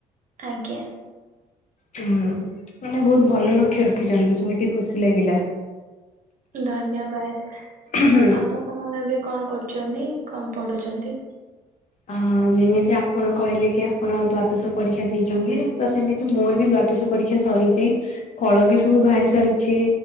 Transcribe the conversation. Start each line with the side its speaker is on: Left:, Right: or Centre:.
Right: ଆଜ୍ଞା।
Left: ହୁଁ, ମାନେ ବହୁତ ଭଲ ଲକ୍ଷ୍ୟ ରଖିଛନ୍ତି ଶୁଣିକି ଖୁସି ଲାଗିଲା।
Right: ଧନ୍ୟବାଦ।
Left: ହୁଁ
Right: ଆପଣ ଏବେ କଣ କରୁଚନ୍ତି କଣ ପଢୁଚନ୍ତି?
Left: ଅ ଯେମିତି ଆପଣ କହିଲେ କି, ଆପଣ ଦ୍ଵାଦଶ ପରୀକ୍ଷା ଦେଇଚନ୍ତି ତ ସେମିତି ମୋର ବି ଦ୍ଵାଦଶ ପରୀକ୍ଷା ସରିଚି ଫଳ ବି ସବୁ ବାହାରି ସାରିଛି।